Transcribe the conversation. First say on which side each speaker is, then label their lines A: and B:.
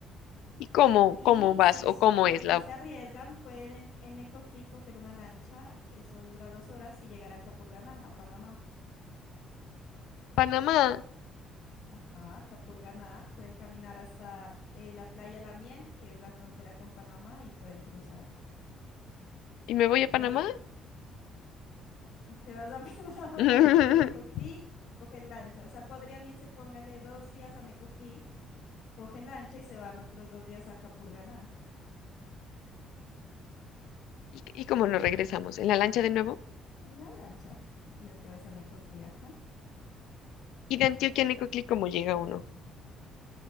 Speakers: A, on the left; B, on the left.
A: ¿Y cómo,
B: Y
A: cómo vas
B: si, s-
A: o cómo
B: y si
A: es la
B: se arriesgan, pueden en, en Necoclí coger una lancha. Eso dura dos horas y llegar a Capurganá, a Panamá.
A: Panamá?
B: Ajá, Capurganá. Pueden caminar hasta eh, la playa La Miel, que es la frontera con Panamá, y pueden cruzar.
A: ¿Y me voy
B: De,
A: a Panamá?
B: y te vas a <laughs> Panamá,
A: <laughs>
B: de Necoclí, cogen lancha. O sea, podrían irse, póngale dos días a Necoclí Cogen lancha y se van otros dos días a Capurganá,
A: ¿Y, y cómo nos regresamos? ¿En la lancha de nuevo?
B: en la lancha, y otra vez a Necoclí, ajá.
A: ¿Y de Antioquia a Necoclí cómo llega uno?